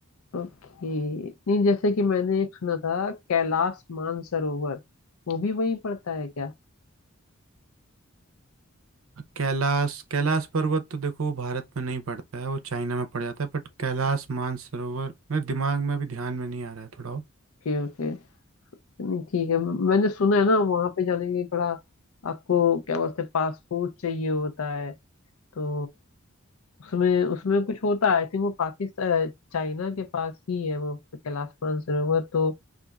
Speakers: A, on the left (about 85°); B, on the right (about 75°).
A: ओके नहीं जैसे कि मैंने एक सुना था कैलाश मानसरोवर वो भी वहीं पड़ता है क्या
B: कैलाश कैलाश पर्वत तो देखो भारत में नहीं पड़ता है वो चाइना में पड़ जाता है बट कैलाश मानसरोवर मेरे दिमाग में अभी ध्यान में नहीं आ रहा है थोड़ा
A: Okay okay नहीं ठीक है मैंने सुना है ना वहां पे जाने के लिए थोड़ा आपको क्या बोलते हैं पासपोर्ट चाहिए होता है तो उसमें उसमें कुछ होता है आई थिंक वो पाकिस्तान चाइना के पास ही है वो कैलाश मानसरोवर तो